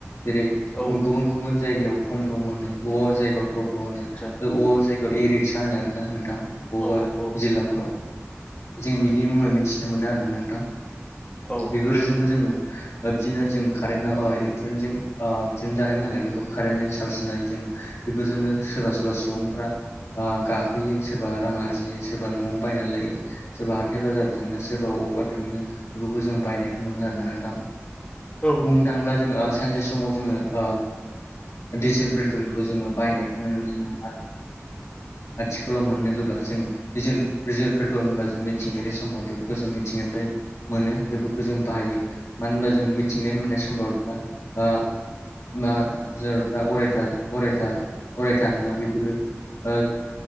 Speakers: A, on the left; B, on the left.
A: जेरै
B: औ
A: गुबुन गुबुन जायगायाव थम थम होनो बबा जायगायाव थ थ' होनो
B: आदसा
A: बबा जायगायाव इ रिक्सा होनो आरोना नोंथां बबेबा
B: औ औ
A: जिल्लाफोराव। जों बिनि मुङै मिथिनो मोनो आरोना नोंथां।
B: औ
A: बेफोर जोंबो जोङो ओ बिदिनो जों कारेन्ट ओ इलेकट्रनिकजों ओ दिहुन जानाय नालाय बेखौ कारेन्टजों चार्ज होनानै जोङो बेफोरजोंनो सोरबा सोरबा सुबुंफोरा ओ गाखोयो सोरबा रां आरजियो सोरबा न'आव बायनानै लायो। सोरबा हाथाइ बाजार थांनो सोरबा अबावबा थांनो बेफोरखौ जों बायनायखौ नुनो मोनो आरोना नोंथां।
B: औ
A: बुंनो थाङोब्ला जोङो सानसे समाव जोङो ओ डिजेल पेट्रलखौ जोङो बाहायनायखौ नुनो मोननाय नङा। आथिखालाव मोननो गोब्ला जों डिजेल डिजेल पेट्रल होनबा जों मिथिंगायारि सम्पद बेफोरखौ जों मिथिंगानिफ्राय मोनो बेफोरखौ जों बाहायो मानो होनबा जों मिथिंगानि मोननाय सम्पदफ्रा ओ <unintelligible> अरायथा अरायथा अरायथा नङा बेफोरो ओ